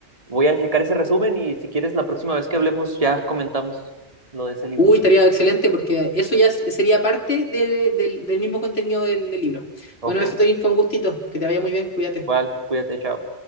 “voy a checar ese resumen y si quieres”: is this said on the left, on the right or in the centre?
Right